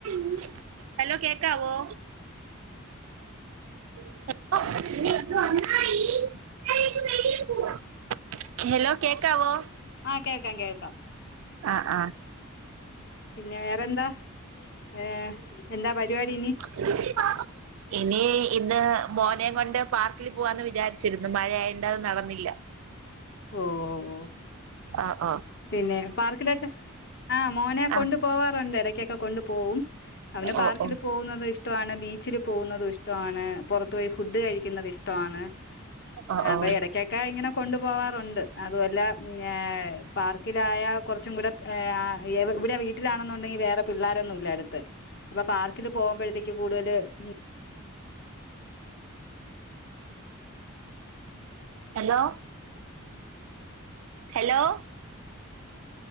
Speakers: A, on the right; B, on the left.
A: <inaudible> ഹലോ കേക്കാവോ? <inaudible> ഹെലോ കേക്കാവോ?
B: ആഹ് കേക്കാം, കേക്കാം.
A: ആഹ്, ആഹ്
B: പിന്നെ വേറെന്താ ഏ എന്താ പരുപാടി ഇനി.
A: <inaudible> ഇനി ഇന്ന് മോനെയും കൊണ്ട് പാർക്കിൽ പോവാന്ന് വിചാരിച്ചിരുന്നു മഴ ആയോണ്ട് അത് ന്നടന്നില്ല.
B: ഓഹ്
A: അഹ്. അഹ്
B: പിന്നെ പാർക്കിലേക്ക്. ആഹ് മോനേ കൊണ്ട്.
A: ആഹ്
B: പോവാറുണ്ട്. എടക്ക്യെക്കെ കൊണ്ടു പോവും. അവന്
A: ഓ
B: പാർക്കില്
A: ഓ
B: പോവുന്നതും ഇഷ്ട്ട്വാണ്. ബീച്ചില് പോവുന്നതും ഇഷ് ട്ട്വാണ്. പൊറത്ത് പോയി ഫുഡ് കഴിക്കുന്നത് ഇഷ്ട്ട്വാണ്.
A: ഓ
B: അപ്പെ
A: ഓ
B: എടക്കൊക്കെ ഇങ്ങനെ കൊണ്ടു പോവാറുണ്ട്. അതുവല്ല ഇഞ്ഞാ പാർക്കിലായ കൊർച്ചും കൂടെ ഇവിടെ വീട്ടിലാണെന്ന്ണ്ടെങ്കി വേറെ പിള്ളോരൊന്നുല്ല അടുത്ത്. അപ്പൊ പാർക്കില് പോകുമ്പഴത്തേക്ക് കൂടുതല് ഉം.
A: ഹലൊ. ഹലൊ.